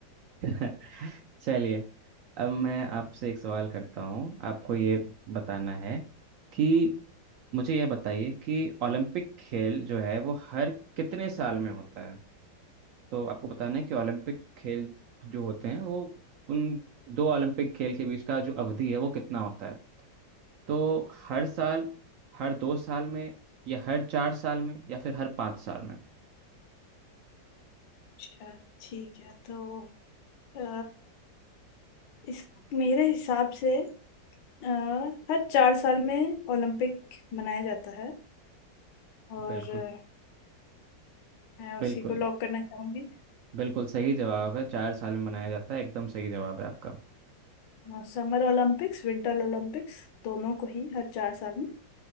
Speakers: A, on the right (about 80°); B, on the left (about 80°).
A: <laughs> चलिए अब मैं आपसे एक सवाल करता हूँ आपको ये बताना है कि मुझे ये बताइए कि ओलंपिक खेल जो है वो हर कितने साल में होता है तो आपको बताना है कि ओलंपिक खेल जो होते हैं वो उन दो ओलंपिक खेल के बीच का जो अवधि है वो कितना होता है तो हर साल हर दो साल में या हर चार साल में या फिर हर पाँच साल में
B: अच्छा ठीक है तो अ, इस मेरे हिसाब से अ, हर चार साल में ओलंपिक मनाया जाता है और
A: बिल्कुल
B: अ, मैं
A: बिल्कुल
B: उसी को लॉक करना चाहूंगी
A: बिल्कुल सही जवाब है चार साल में मनाया जाता है एकदम सही जवाब है आपका
B: समर ओलंपिक्स विंटर ओलंपिक्स दोनों को ही हर चार साल में